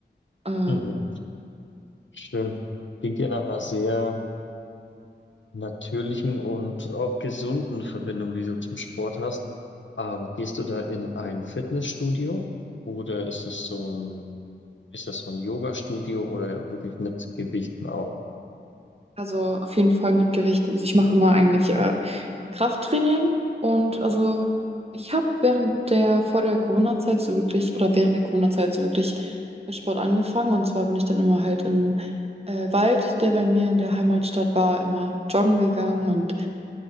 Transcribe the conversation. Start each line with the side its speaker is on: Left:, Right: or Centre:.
Right: Äh,
Left: Mhm. Schön. Klingt ja nach einer sehr natürlichen und auch gesunden Verbindung, die du zum Sport hast. Ähm, gehst du da in ein Fitnessstudio oder ist es so ein Ist das so ein Yoga Studio oder wirklich mit Gewichten auch?
Right: Also auf jeden Fall mit Gewichten. Also ich mache immer eigentlich äh, Krafttraining und also ich habe während der vor der Corona-Zeit so wirklich oder während der Corona-Zeit so wirklich mit Sport angefangen und zwar bin ich dann immer halt im äh, Wald, der bei mir in der Heimatstadt war, immer joggen gegangen und